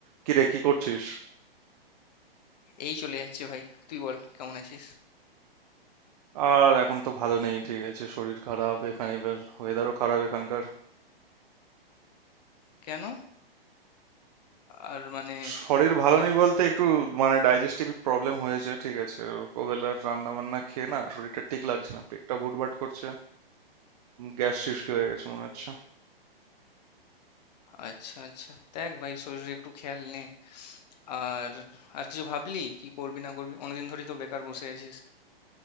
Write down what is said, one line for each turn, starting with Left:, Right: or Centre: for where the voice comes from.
Right: কিরে কি করছিস
Left: এই চলে যাচ্ছে ভাই তুই বল কেমন আছিস
Right: আর এখন তো ভালো নেই ঠিক আছে শরীর খারাপ এখানে এবার ওয়েদারও খারাপ এখানকার
Left: কেন আর মানে
Right: শরীর ভালো
Left: আলাদা
Right: নেই বলতে একটু মানে ডাইজেস্টিভ প্রবলেম হয়েছে ঠিক আছে ওবেলার রান্না বান্না খেয়ে না শরীরটা ঠিক লাগছে না পেটটা ভুটভাট করছে গ্যাস সৃষ্টি হয়ে গেছে মনে হচ্ছে
Left: আচ্ছা আচ্ছা দেখ ভাই শরীরে একটু খেয়াল নে আর আর কিছু ভাবলি কি করবি না করবি অনেকদিন ধরেই তো বেকার বসে আছিস